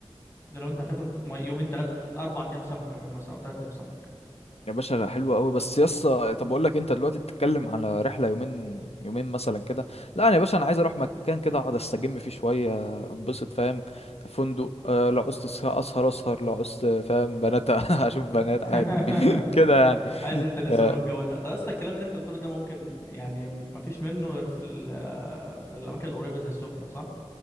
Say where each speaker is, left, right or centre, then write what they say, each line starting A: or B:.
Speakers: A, on the left; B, on the left.
A: ده لو انت هتاكل يومين ثلاثه اربع ايام سمك كمان مثلا او ثلاث ايام سمك
B: يا باشا لا، حلوة قوي بس يا اسطى طب اقول لك انت دلوقتي بتتكلم على رحله يومين يومين مثلا كده لا انا يا باشا انا عايز اروح مكان كده اقعد استجم فيه شويه اتبسط فاهم فندق آه، لو عوزت أسه- اسهر اسهر لو عوزت فاهم بنات <laughs> اشوف بنات عادي
A: <laughs>
B: <laughs> كده يعني
A: عايز انت نسوان
B: آه،
A: والجو ده طب اصلا الكلام اللي انت بتقوله ده ممكن يعني ما فيش منه غير في ال- في الاماكن القريبه زي السخنه صح